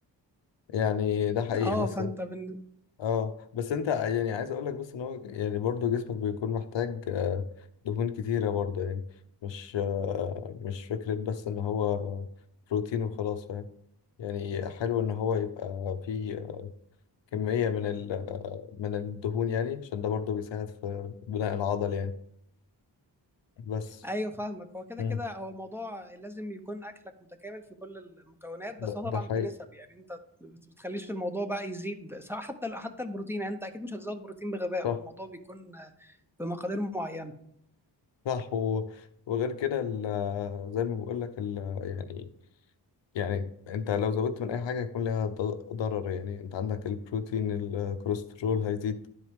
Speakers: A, on the left; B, in the centre.
A: يعني ده حقيقي
B: اه
A: بس
B: فانت بن...
A: اه بس انت يعني عايز اقول لك بس ان هو يعني برضو جسمك بيكون محتاج آه، دهون كتيرة برضو يعني مش آه، مش فكرة بس ان هو بروتين وخلاص فاهم يعني حلو ان هو يبقى فيه كمية من ال آه، من الدهون يعني عشان ده برضو بيساعد في بناء العضل يعني بس
B: ايوه فاهمك هو كده
A: مم.
B: كده هو الموضوع لازم يكون اكلك متكامل في كل المكونات بس
A: ده,
B: هو
A: ده
B: طبعا
A: حقيقي
B: بنسب يعني انت بت- بتخليش في الموضوع بقى يزيد سواء حتى حتى البروتين يعني انت اكيد مش هتزود بروتين بغباء
A: صح
B: هو الموضوع بيكون آه، بمقادير معينة
A: صح و... وغير كده ال- آه، زي ما بقول لك ال... آه، يعني يعني انت لو زودت من اي حاجه هيكون ليها ضل- ضرر يعني انت عندك البروتين الكوليسترول هيزيد